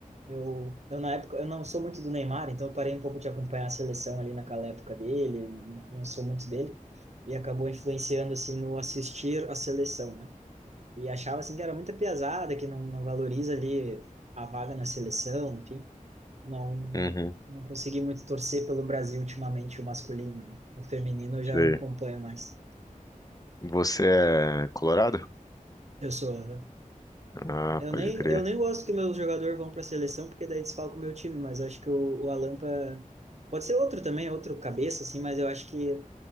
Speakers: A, on the right; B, on the left.
A: Eu, eu na época, eu não sou muito do Neymar, então eu parei um pouco de acompanhar a seleção ali naquela época dele, não não sou muito dele, e acabou influenciando, assim, no assistir a seleção, né? E achava, assim, que era muita piazada, que não, não valoriza ali a vaga na seleção, enfim não
B: Uhum.
A: não consegui muito torcer pelo Brasil ultimamente, o masculino, né? O feminino eu já
B: Sei.
A: acompanho mais.
B: Você é colorado?
A: Eu sou
B: Ah,
A: eu
B: pode
A: nem
B: crer.
A: eu nem gosto que meus jogadores vão para a seleção porque daí desfalca o meu time, mas acho que o, o Alampa pode ser outro também, outro cabeça assim, mas eu acho que